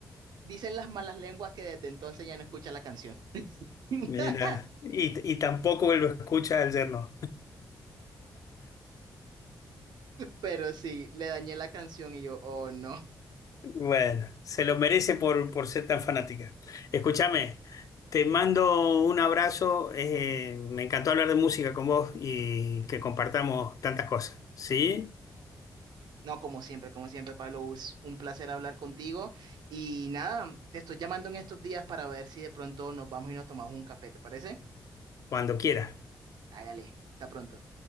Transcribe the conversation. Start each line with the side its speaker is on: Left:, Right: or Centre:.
Right: Dicen las malas lenguas que desde entonces ya no escucha la canción. <laughs>
Left: Mira, y, y tampoco lo escucha al yerno.
Right: Pero sí, le dañé la canción y yo, oh no.
Left: Bueno, se lo merece por, por ser tan fanática. Escúchame, te mando un abrazo. eh, me encantó hablar de música con vos y que compartamos tantas cosas. ¿Sí?
Right: No, como siempre, como siempre, Pablo, es un placer hablar contigo. Y nada, te estoy llamando en estos días para ver si de pronto nos vamos y nos tomamos un café, ¿te parece?
Left: Cuando quieras.
Right: Hágale, hasta pronto.